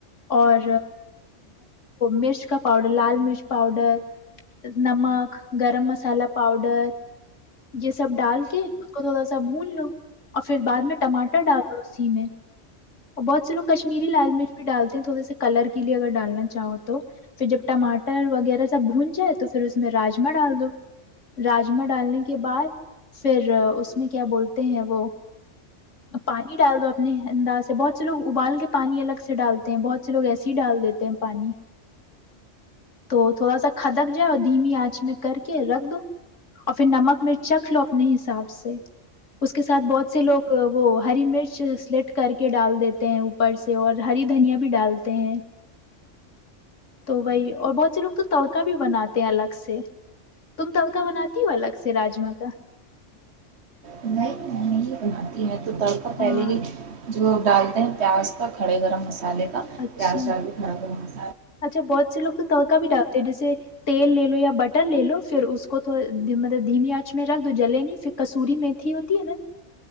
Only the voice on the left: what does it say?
اور مرچ کا پاؤڈر لال مرچ پاؤڈر نمک گرم مسالہ پاؤڈر یہ سب ڈال کے اس کو تھوڑا سا بھون لو اور پھر بعد میں ٹماٹر ڈالو اسی میں اور بہت سے لوگ کشمیری لال مرچ بھی ڈالتے ہیں تھوڑے سے کلر کے لیے اگر ڈالنا چاہو تو پھر جب ٹماٹر وغیرہ سب بھون جائے تو پھر اس میں راجما ڈال دو راجما ڈالنے کے بعد پھر اس میں کیا بولتے ہیں وہ پانی ڈال دو اپنے انداز سے بہت سے لوگ ابال کے پانی الگ سے ڈالتے ہیں بہت س سے لوگ ایسے ہی ڈال دیتے ہیں پانی تو تھوڑا سا کھدک جا دھیمی آنچ میں کر کے رکھ دو اور پھر نمک مرچ چکھ لو اپنے حساب سے اس کے ساتھ بہت سے لوگ وہ ہری مرچ سلیٹ کر کے ڈال دیتے ہیں اوپر سے اور ہری دھنیا بھی ڈال ہیں تو وہی اور بہت سے لوگ تو تڑکا بھی بناتے ہیں الگ سے تم تڑکا بناتی ہو الگ سے راجما کا
ہاں
اچھا
اچھا بہت سے لوگ تو تڑکا بھی ڈالتے ہیں جیسے تیل لے لو یا بٹر لے لو پھر اس کو مطلب دھیمی آنچ میں رکھ دو جلی نہیں پھر کسوری میتھی ہوتی ہے نا